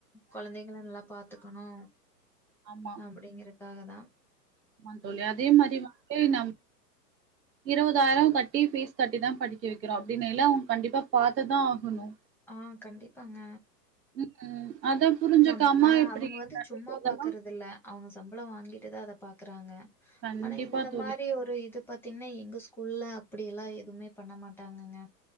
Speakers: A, in the centre; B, on the right (about 85°).
A: கொழந்தைங்கள நல்லா பாத்துக்கணு
B: ஆமா
A: அப்டிங்கறக்காக தா
B: ஆமா தோழி அதே மாரி வந்து நம் இருபதாயிர கட்டி ஃபீஸ் கட்டி தா படிக்க வைக்கிறோ அப்டின்னைல அவ கண்டிப்பா பாத்துதா ஆகணு
A: ஆ கண்டிப்பாங்க
B: ம் க்கு அத புரிஞ்சுக்காம
A: நம் ஆ
B: இப்டி
A: அவங்க வந்து
B: நடக்கிறதெல்லா
A: சும்மா பாக்குறதுல்ல அவங்க சம்பள வாங்கிட்டு தா அத பாக்குறாங்க
B: கண்டிப்பா
A: ஆனா இந்த
B: தோழி
A: மாரி இந்த மாரி ஒரு இது பாத்தீங்கன்னா எங்க ஸ்கூல்லலா அப்டி எல்லா எதுமே பண்ண மாட்டாங்கங்க